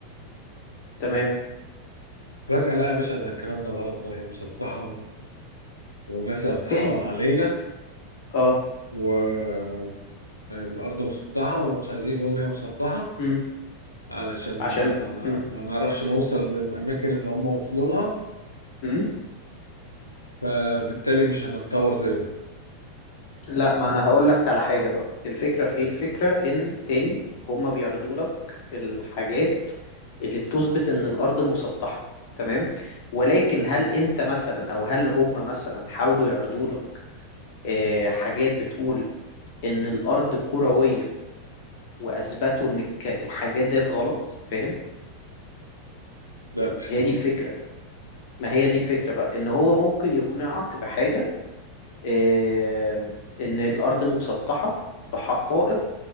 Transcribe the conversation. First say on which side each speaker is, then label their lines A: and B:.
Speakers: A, on the left; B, on the left.
A: تمام
B: فجأة لا يا باشا ده الكلام ده غلط ده هي مسطحة و- وناس بتحور
A: تاني
B: علينا
A: اه
B: والارض مسطحة ومش عايزين يقولوا ان هي مسطحة
A: م.
B: علشان
A: عشان
B: ما
A: م.
B: ما نعرفش نوصل للاماكن اللي هم وصلوا لها
A: م.
B: فبالتالي مش هنتطور زيهم
A: لا ما انا هقول لك على حاجة بقى الفكرة في ايه الفكرة ان تاني هما بيعرضوا لك الحاجات اللي بتثبت ان الارض مسطحة تمام ولكن هل انت مثلا او هل هما مثلا حاولوا يعرضوا لك آه، حاجات بتقول ان الارض كروية واثبتوا ان الك- الحاجات ديت غلط فاهم
B: ده مش فاهم
A: هي دي
B: قصدي
A: الفكرة ما هي دي الفكرة بقى ان هو ممكن يقنعك بحاجة آم، إن الأرض مسطحة بحقائق